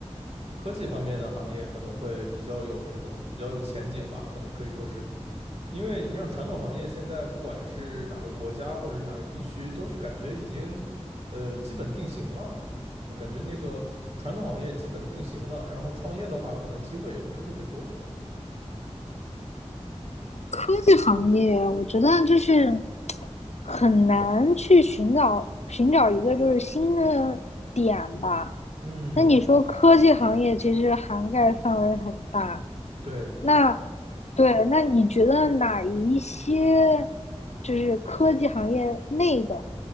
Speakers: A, on the right; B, on the left.
A: 科技方面的行业可能会比较有这种比较有前景吧，可能可以说是。因为你像传统行业，现在不管是哪个国家或者是哪个地区，都是感觉已经，呃，基本定型了啊，感觉那个传统行业基本定型了，然后创业的话，可能机会也不是特别多。
B: 科技行业，我觉得就是很难去寻找寻找一个就是新的点吧。
A: 嗯，
B: 那你说科技行业其实涵盖范围很大，
A: 对，
B: 那对，那你觉得哪一些就是科技行业内的，